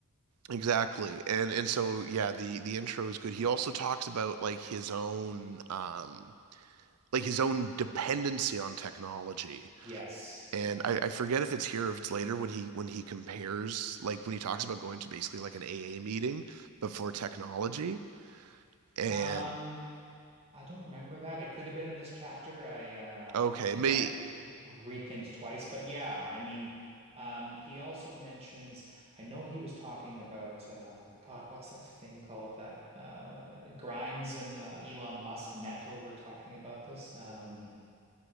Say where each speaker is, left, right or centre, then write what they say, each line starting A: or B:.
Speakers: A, on the right; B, on the right.
A: exactly. And and so yeah, the the intro is good. He also talks about like his own um like his own dependency on technology.
B: Yes.
A: And
B: Yeah.
A: I, I forget if it's here or if it's later when he when he compares like when he talks about going to basically like an AA meeting but for technology. And
B: Um, I don't remember that. It could have been in this chapter. I uh
A: okay,
B: I tend
A: may
B: to have to re read things twice, but yeah, I mean, um he also mentions I know he was talking about uh God, what's that thing called that uh Grimes and uh, Elon Musk met over talking about this? Um